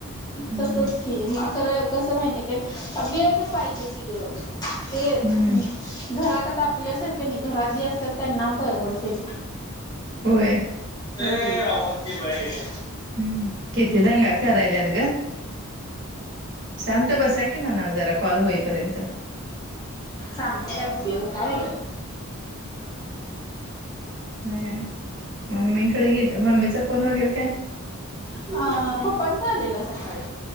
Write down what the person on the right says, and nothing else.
हम्म
हम्म
होय.
हम्म किती दगा करायलात ग. शांत बसा की म्हणा जरा कॉल होईपर्यंत.
अ मम्मीकडे गे मम्मीचा फोन वगैरे काय?